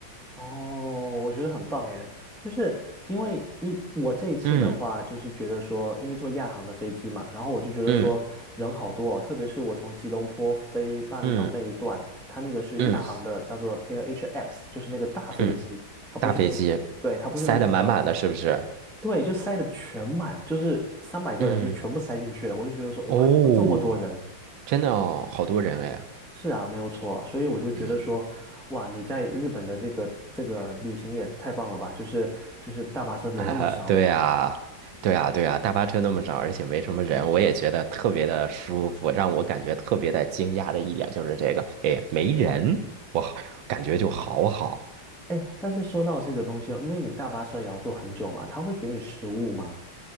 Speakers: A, in the centre; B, on the right.
A: 哦，我觉得很棒哎，就是因为你我这一次的话，
B: 嗯
A: 就是觉得说，因为坐亚航的飞机嘛，然后我就觉得说人好多哦，
B: 嗯
A: 特别是我从吉隆坡飞巴厘岛那一段，
B: 嗯
A: 它那个是亚航的，
B: 嗯
A: 叫做 AirAsia X，就是那个大飞机，
B: 嗯，
A: 它不是那，
B: 大飞机
A: 对，它不是那个小的，
B: 塞得满满的，是不是？
A: 对，就塞的全满，就是三百个人就全部塞进去了，
B: 嗯，
A: 我就觉得说，哇，
B: 哦，
A: 怎么这么多人？
B: 真的哦，好多人哎，
A: 是啊，没有错，所以我就觉得说，
B: 嗯，
A: 哇，你在日本的这个这个旅行也太棒了吧！就是就是大巴车人那么少，
B: <laughs> 哈哈，对啊，对啊，对啊，大巴车那么少，而且没什么人，我也觉得特别的舒服，让我感觉特别的惊讶的一点就是这个，哎，没人，我感觉就好好。
A: 哎，但是说到这个东西哦，因为你大巴车也要坐很久嘛，他会给你食物嘛，